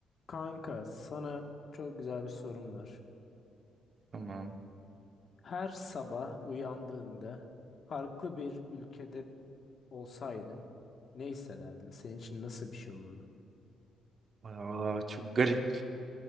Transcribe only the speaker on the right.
Tamam.
Aa, çok garip.